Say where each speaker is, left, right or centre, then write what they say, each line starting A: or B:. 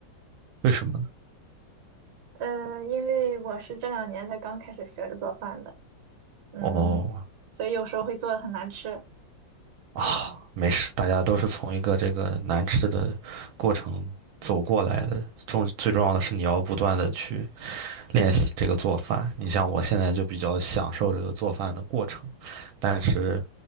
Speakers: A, on the right; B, on the right.
A: 为什么呢？
B: 呃，因为我是这两年才刚开始学着做饭的，嗯，
A: 哦
B: 所以有时候会做的很难吃。
A: 啊，没事，大家都是从一个这个难吃的过程走过来的。重最重要的是你要不断的去练习这个做饭。你像我现在就比较享受这个做饭的过程，但是